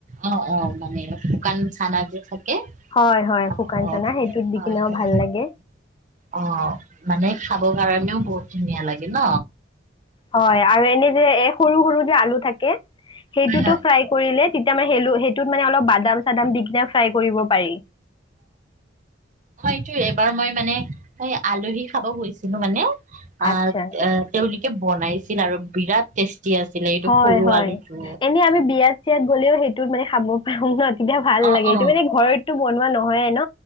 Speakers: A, on the right (about 45°); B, on the left (about 25°).
A: অঁ অঁ মানে শুকান চানা। <unintelligible>
B: হয় হয়
A: অঁ
B: শুকান চানা সেইটোত দি
A: অঁ
B: কিনাও ভাল লাগে
A: অঁ, মানে খাব কাৰণে। এনেও বহু ধুনীয়া লাগে ন।
B: হয়,
A: অ
B: আৰু এনে যে এ। সৰু সৰু যে আলু থাকে। সেইো
A: হয় হয়
B: ফ্ৰাই কৰিলে তেতি ম স মানে অলপ। বাদাম চাদাম দি কিনে ফ্ৰাই কৰিব পাৰি।
A: হয়তো এবাৰ মই মানে আলহী খাব খুজিছিলো মানে। অ
B: আচ্ছা।
A: তেি <unintelligible> বনাইছিল আৰু বিৰাট টেষ্টি। আছিলে এইটো
B: হয়
A: সৰু
B: হয়,
A: আলুটো
B: এনেই আমি বিয়াত চিয়াত গলেও সেই। তত মানে খাব পাৰো ন। তেতিয়া ভাল
A: অ
B: লাগে,
A: অ
B: এইটো মানে ঘৰতো বনোৱা নহয় ন,